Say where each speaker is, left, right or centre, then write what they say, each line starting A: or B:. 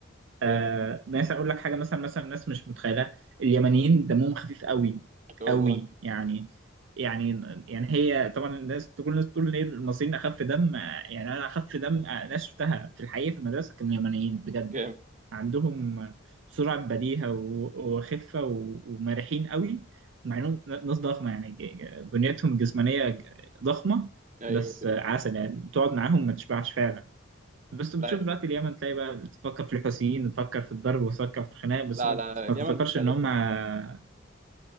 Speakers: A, on the right; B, on the right.
A: آه
B: جامد
A: ناس اقول لك حاجه مثلا مثلا ناس مش متخيله اليمنيين دمهم خفيف قوي
B: والله
A: قوي يعني يعني يعني هي طبعا الناس تقول الناس تقول ليه المصريين اخف دم آه، يعني انا اخف دم آه، ناس شفتها في الحقيقه في المدرسه كانوا يمنيين بجد
B: جامد
A: عندهم سرعه بديهه و- وخفه و- ومرحين قوي مع انهم ناس ضخمه يعني ج- بنيتهم الجسمانيه ج- ضخمه
B: ايوه
A: بس آه، عسل يعني تقعد معاهم ما تشبعش فعلا بس بتشوف
B: لا
A: دلوقتي اليمن تلاقي بقى بتفكر في الحوثيين وتفكر في الضرب وتفكر في الخناق بس
B: لا
A: ما
B: لا اليمن
A: ما تفكرش
B: مختلفه
A: ان هم ال-